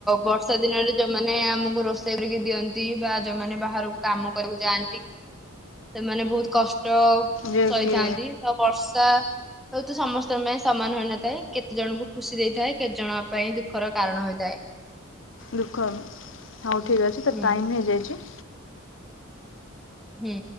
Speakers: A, in the centre; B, on the left (about 70°).
A: ବର୍ଷା ଦିନରେ ଯୋଉମାନେ ଆମକୁ ରୋଷେଇ କରିକି ଦିଅନ୍ତି ବା ଯୋଉମାନେ ବାହାରକୁ କାମ କରିବାକୁ ଯାଆନ୍ତି ସେମାନେ ବହୁତ କଷ୍ଟ
B: ଯେ
A: ସହିଥାନ୍ତି।
B: କି
A: ତ ବର୍ଷା ହୁଏ ତ ସମସ୍ତଙ୍କ ପାଇଁ ସମାନ ହୋଇନଥାଏ। କେତେ ଜଣଙ୍କୁ ଖୁସି ଦେଇଥାଏ। କେତେ ଜଣ ପାଇଁ ଦୁଃଖର କାରଣ ହୋଇଥାଏ।
B: ଦୁଃଖ ହବ। ହଉ ଠିକ୍ ଅଛି ତ
A: ହୁଁ
B: ଟାଇମ୍ ହେଇଯାଇଚି
A: ହୁଁ।